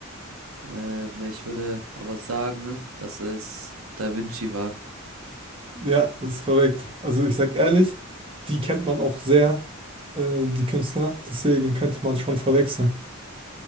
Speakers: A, on the right; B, on the right.
A: Ähm, ich würde aber sagen, dass es da Vinci war.
B: Ja, das ist korrekt. Also ich sag ehrlich, die kennt man auch sehr, äh, die Künstler. Deswegen könnte man schon verwechseln.